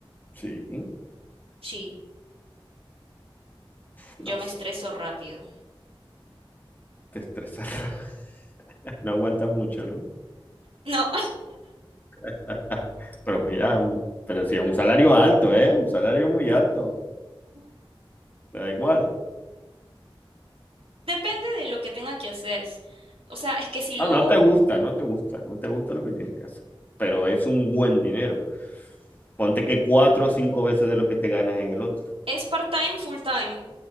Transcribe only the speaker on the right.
Sí, yo
me
estreso rápido.
No.
<laughs>
Depende de lo que tenga que hacer. O sea, es que si lo
es part-time, full-time,